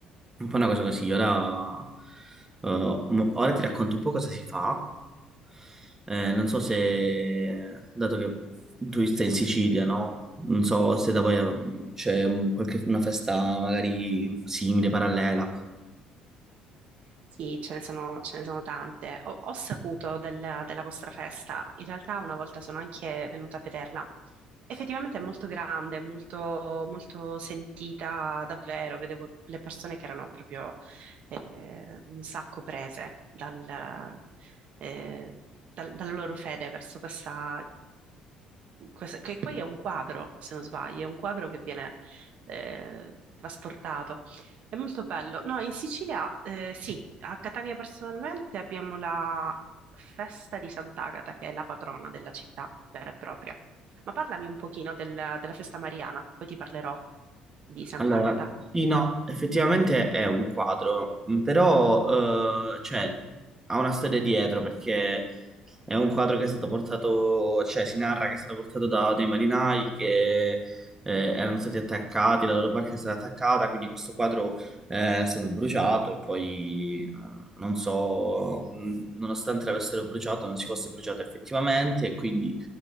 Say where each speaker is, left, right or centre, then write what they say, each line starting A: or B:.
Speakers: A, on the right; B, on the right.
A: un po' una cosa così. Ora, eh, mo- ora ti racconto un po' cosa si fa. Eh, non so se, dato che tu stai in Sicilia, no? Non so se da voi eh, c'è un- qualche- una festa magari simile, parallela.
B: Sì, ce ne sono, ce ne sono tante. Ho, ho saputo del- della vostra festa. In realtà una volta sono anche venuta a vederla. Effettivamente è molto grande, molto, molto sentita davvero. Vedevo le persone che erano proprio eh, un sacco prese dal- eh, dal- dalla loro fede verso questa, questa- che poi è un quadro, se non sbaglio, è un quadro che viene eh, trasportato. È molto bello. No, in Sicilia, eh, sì, a Catania personalmente abbiamo la festa di Sant'Agata, che è la patrona della città vera e propria. Ma parlami un pochino del- della festa mariana, poi ti parlerò di Sant'Agata.
A: Allora, sì, no, effettivamente è un quadro, mh, però eh, cioè, ha una storia dietro perché è un quadro che è stato portato, cioè si narra che è stato portato da dei marinai che eh, erano stati attaccati, la loro barca è stata attaccata, quindi questo quadro eh, è stato bruciato e poi eh, non so, mh, nonostante l'avessero bruciato non si fosse bruciato effettivamente e quindi